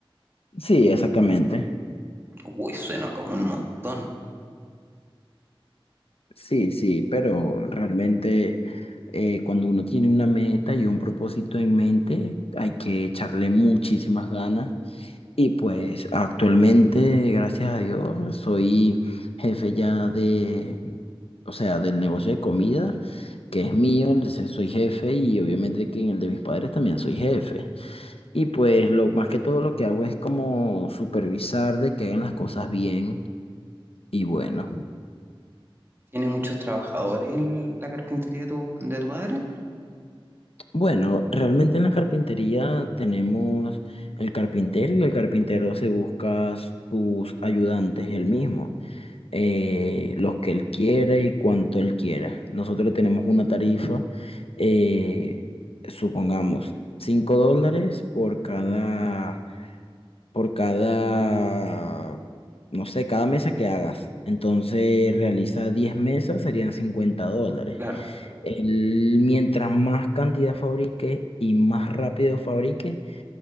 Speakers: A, on the left; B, on the right.
A: Sí, exactamente.
B: Uy, suena como un montón.
A: Sí, sí, pero realmente eh, cuando uno tiene una meta y un propósito en mente, hay que echarle muchísimas ganas. Y pues actualmente, gracias a Dios, soy jefe ya de, o sea, del negocio de comida, que es mío, entonces soy jefe y obviamente que en el de mis padres también soy jefe. Y pues lo más que todo lo que hago es como supervisar de que hagan las cosas bien y bueno.
B: ¿Tiene muchos trabajadores en la carpintería de tu, de tu padre?
A: Bueno, realmente en la carpintería tenemos el carpintero y el carpintero se busca sus ayudantes él mismo, eh, los que él quiere y cuanto él quiera. Nosotros tenemos una tarifa, eh, supongamos, 5 dólares por cada por cada, no sé, cada mesa que hagas. Entonces realiza 10 mesas, serían cincuenta dólares.
B: Claro.
A: Él, mientras más cantidad fabrique y más rápido fabrique,